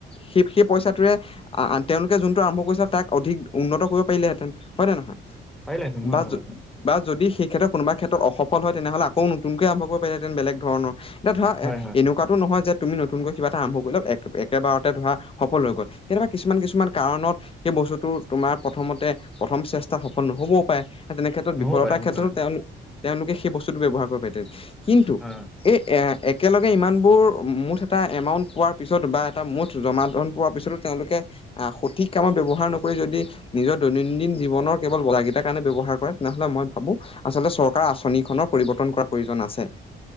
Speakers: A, on the left (about 30°); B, in the centre.
A: সেই, সেই পইচাটোৰে তেওঁলোকে যোনটো আৰম্ভ কৰিছিল তাক অধিক উন্নত কৰিব পাৰিলেহেঁতেন, হয়নে নহয়।
B: পাৰিলেহেঁতেন হয়,
A: বা,
B: হয়, হয়,
A: বা যদি সেই। ক্ষেত্ৰত কোনোবা ক্ষেত্ৰত অসফল হয়, তেনেহ'লে আকৌ নতুন কৈ আৰম্ভ কৰিব পাৰিলেহেঁতেন বেলেগ ধৰণৰ। এতিয়া ধৰা
B: হয়, হয়,
A: এনেকুৱাতো নহয় যে, তুমি নতুনকৈ কিবা এটা আৰম্ভ কৰি ল এক একেবাৰতে ধৰা। সফল হৈ গ'ল কেতিয়াবা কিছুমান কিছুমান কাৰণত সেই বস্তুটো তোমাৰ প্ৰথমতে প্ৰথম চেষ্টা সফল নহৈ হ'বও পাৰে, তেনে ক্ষেত্ৰত
B: নহ'ব
A: বিফলতাৰ
B: পাৰে হয়,
A: ক্ষেত্ৰতো
B: হয়,
A: তেওঁ, তেওঁলোকে সেই বস্তুটো ব্যয়ৱহাৰ কৰিব পাৰে। কিন্তু,
B: হয়, হয়।
A: এ-এই। একেলগে ইমানবোৰ মুঠ এটা এমাউণ্ট পোৱাৰ পিছত বা এটা মুঠ জমা ধন। পোৱাৰ পিছতো তেওঁলোকে আহ সঠিক কামত ব্যৱহাৰ নকৰি যদি নিজৰ দৈনন্দিন জীৱনৰ কেৱল বলাকী। কাৰণে ব্যৱহাৰ কৰে। তেনেহলে মই ভাবো আচলতে চৰকাৰৰ আঁচনিখনৰ পৰিৱৰ্তন কৰা প্ৰয়োজন আছে।